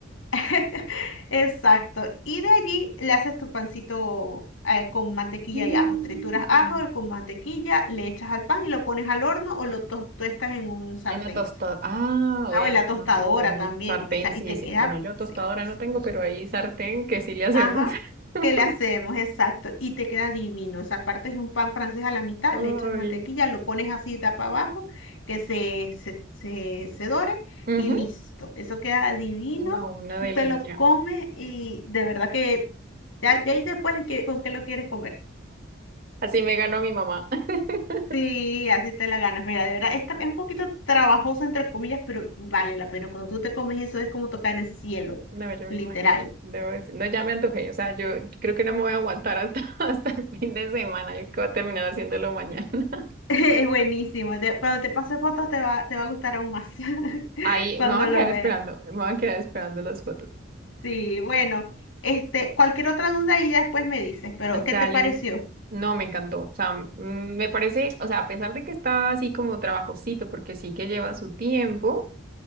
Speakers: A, on the left; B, on the right.
A: <laughs> exacto. Y de allí le haces tu pancito eh, con mantequilla
B: Mm,
A: y ajo. Trituras
B: con-
A: ajo con mantequilla, le echas al pan y lo pones al horno o lo tostas en un sartén.
B: En la tostadora. Ah,
A: Ah,
B: o es
A: o en la tostadora
B: un un
A: también.
B: sartén,
A: O sea,
B: sí,
A: y te
B: sí.
A: queda,
B: Bueno, yo tostadora
A: sí,
B: no tengo, pero hay sartén que sí le hacemos.
A: Ajá,
B: <laughs>
A: que le hacemos, exacto, y te queda divino. O sea, partes un pan francés a la mitad,
B: Ay.
A: le echas mantequilla, lo pones así tapa abajo, que se, se, se, se dore
B: Ujú.
A: y listo. Eso queda divino,
B: No, una
A: tú
B: delicia.
A: te lo comes y de verdad que ya de ahí después qué- con qué lo quieres comer.
B: Así me ganó mi mamá. <laughs>
A: Sí, así te la ganas. Mira, de verdad, es, tra- es un poquito trabajoso entre comillas, pero vale la pena. Cuando tú te comes eso es como tocar el cielo,
B: No, yo me
A: literal.
B: imagino. Debo decir- no, ya me antojé. O sea, yo creo que no me voy a aguantar hasta, <laughs> hasta el fin de semana. Yo creo que voy a terminar haciéndolo mañana. <laughs>
A: <laughs> Es buenísimo. te- cuando te pase fotos te va, te va a gustar aún más <laughs>
B: Ahí
A: cuando
B: me voy a
A: lo
B: quedar
A: veas.
B: esperando. Me voy a quedar esperando las fotos.
A: Sí, bueno, este, cualquier otra duda y ya después me dices, pero ¿qué
B: Dale.
A: te pareció?
B: No, me encantó. O sea, mm, me parece, o sea, a pesar de que está así como trabajosito, porque sí que lleva su tiempo,